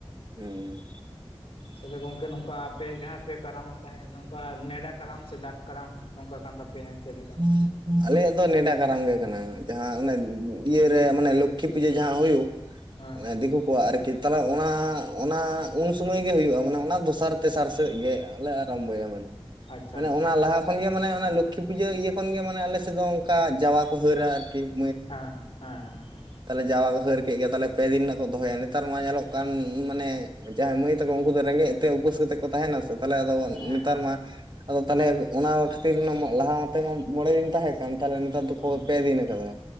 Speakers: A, on the right; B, on the left.
A: ᱦᱮᱸ᱾
B: ᱛᱚᱵᱮ ᱜᱚᱢᱠᱮ ᱱᱚᱝᱠᱟ ᱟᱯᱮ ᱡᱟᱦᱟᱸᱭ ᱯᱮ ᱠᱟᱨᱟᱢᱚᱜ ᱛᱟᱦᱮᱸᱫ ᱱᱚᱝᱠᱟ ᱱᱮᱰᱟ ᱠᱟᱨᱟᱢ ᱥᱮ ᱰᱟᱠ ᱠᱟᱨᱟᱢ ᱱᱚᱝᱠᱟ ᱠᱟᱱ ᱯᱮᱭᱟ ᱪᱮᱫ
A: <unintelligible> ᱟᱞᱮᱭᱟᱜ ᱫᱚ ᱱᱮᱰᱟ ᱠᱟᱨᱟᱢ ᱜᱮ ᱠᱟᱱᱟ ᱡᱟᱦᱟᱸ ᱚᱱᱮ ᱤᱭᱟᱹᱨᱮ ᱢᱟᱱᱮ ᱞᱚᱠᱠᱷᱤ ᱯᱩᱡᱟᱹ ᱡᱟᱦᱟᱸ ᱦᱳᱭᱳᱜ,
B: ᱦᱮᱸ
A: ᱚᱱᱮ
B: ᱦᱮᱸ
A: ᱫᱮᱠᱳ ᱠᱚᱣᱟᱜ ᱟᱨᱠᱤ, ᱛᱟᱦᱚᱞᱮ ᱚᱱᱟ ᱚᱱᱟ ᱩᱱ ᱥᱚᱢᱚᱭ ᱜᱮ ᱦᱩᱭᱩᱜᱼᱟ, ᱢᱟᱱᱮ ᱚᱱᱟ ᱫᱚᱥᱟᱨ ᱛᱮᱥᱟᱨ ᱥᱮᱫ ᱜᱮᱞᱮ ᱟᱨᱟᱢᱵᱚᱭᱟ ᱢᱟᱱᱮ᱾
B: ᱟᱪᱪᱷᱟ
A: ᱢᱟᱱᱮ
B: ᱟᱪᱪᱷᱟ
A: ᱚᱱᱟ ᱞᱟᱦᱟ ᱠᱷᱚᱱᱜᱮ ᱢᱟᱱᱮ ᱚᱱᱟ ᱞᱚᱠᱠᱷᱤ ᱯᱩᱡᱟᱹ ᱤᱭᱟᱹ ᱠᱷᱚᱱᱜᱮ ᱢᱟᱱᱮ ᱟᱞᱮ ᱥᱮᱫ ᱫᱚ ᱚᱱᱠᱟ ᱡᱟᱣᱟ ᱠᱚ ᱦᱟᱹᱨᱟ ᱟᱨᱠᱤ᱾
B: ᱦᱮᱸ ᱦᱮᱸ ᱦᱮᱸ
A: ᱛᱟᱦᱞᱮ ᱡᱟᱣᱟ ᱠᱚ ᱦᱟᱹᱨ ᱠᱮᱫ ᱜᱮ ᱛᱟᱞᱮ ᱯᱮ ᱫᱤᱱ ᱨᱮᱱᱟᱜ ᱠᱚ ᱫᱚᱦᱚᱭᱟ ᱱᱮᱛᱟᱨ ᱢᱟ ᱧᱮᱞᱚᱜ ᱠᱟᱱ ᱢᱟᱱᱮ, ᱡᱟᱦᱟᱸᱭ ᱢᱟᱹᱭ ᱛᱟᱠᱚ ᱩᱱᱠᱩ ᱫᱚ ᱨᱮᱸᱜᱮᱡ ᱛᱮ ᱩᱯᱟᱹᱥ ᱠᱟᱛᱮ ᱠᱚ ᱛᱟᱦᱮᱱᱟ ᱥᱮ ᱛᱟᱦᱞᱮ ᱟᱫᱚ
B: ᱦᱮᱸ
A: ᱱᱮᱛᱟᱨ ᱢᱟ ᱟᱫᱚ ᱛᱟᱦᱚᱞᱮ ᱚᱱᱟ ᱠᱷᱟᱹᱛᱤᱨ ᱚᱱᱟ ᱞᱟᱦᱟ ᱛᱮᱢᱟ ᱢᱚᱬᱮ ᱫᱤᱱ ᱛᱟᱦᱮᱸ ᱠᱟᱱ᱾ ᱛᱟᱦᱞᱮ ᱱᱮᱛᱟᱨ ᱫᱚᱠᱚ
B: ᱦᱮᱸ ᱦᱮᱸ
A: ᱯᱮ ᱫᱤᱱ ᱠᱟᱫᱟ᱾